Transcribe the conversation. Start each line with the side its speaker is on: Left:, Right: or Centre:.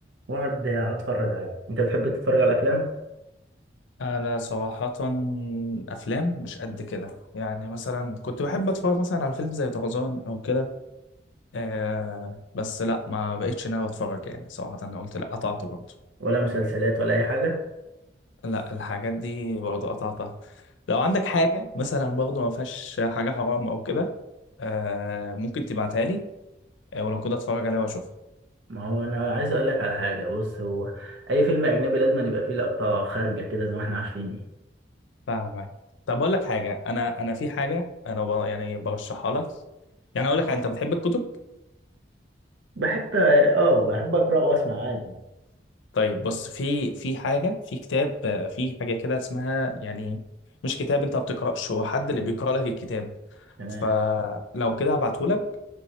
Right: واقعد اتفرج عادي انت بتحب تتفرج على افلام
Left: انا صراحة افلام مش قد كده يعني مثلا كنت بحب اتفرج مثلا على فيلم زي طرزان او كده آه بس لا ما بقتش ناوي اتفرج يعني صراحة انا قلت لا قطعت برضه
Right: ولا مسلسلات ولا اي حاجة
Left: لا الحاجات دي برضه قطعتها لو عندك حاجة مثلا برضه ما فيهاش حاجة حرام او كده آه ممكن تبعتها لي آه، ولو كده اتفرج عليها واشوفها
Right: ما هو انا عايز اقول لك على حاجة بص هو اي فيلم اجنبي لازم يبقى فيه لقطة خارجة كده زي ما احنا عارفين
Left: فاهمك طب اقول لك حاجة انا انا في حاجة انا ب- يعني برشحها لك يعني اقول لك انت بتحب الكتب
Right: بحب اه بحب اقرا واسمع عادي
Left: طيب بص في في حاجة في كتاب آه، في حاجة كده اسمها يعني مش كتاب انت ما بتقرأش هو حد اللي بيقرأ لك الكتاب
Right: تمام
Left: فلو كده هبعته لك